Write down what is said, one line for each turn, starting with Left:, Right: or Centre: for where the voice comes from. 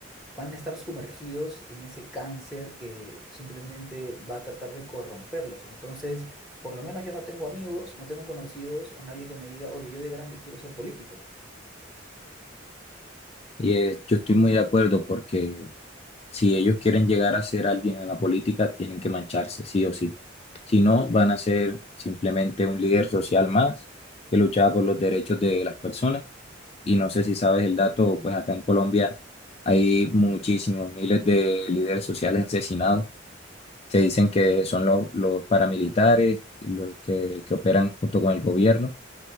Centre: van a estar sumergidos en ese cáncer que simplemente va a tratar de corromperlos. Entonces, por lo menos yo no tengo amigos, no tengo conocidos o nadie que me diga, oye, yo de grande quiero ser político.
Left: Y eh, yo estoy muy de acuerdo porque Si ellos quieren llegar a ser alguien en la política, tienen que mancharse, sí o sí. Si no, van a ser simplemente un líder social más que luchaba por los derechos de las personas. Y no sé si sabes el dato, pues acá en Colombia hay muchísimos miles de líderes sociales asesinados. Se dicen que son los, los paramilitares, los que, que operan junto con el gobierno,